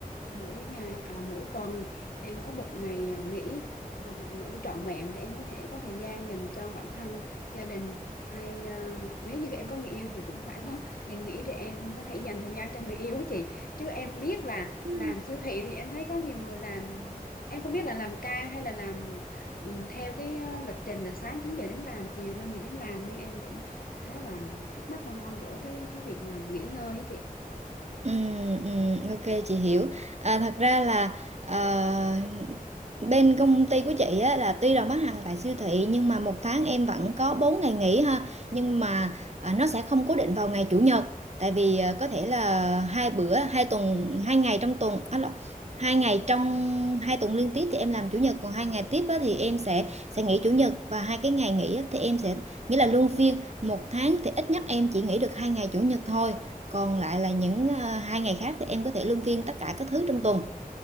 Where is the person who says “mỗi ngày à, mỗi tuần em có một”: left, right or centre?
Left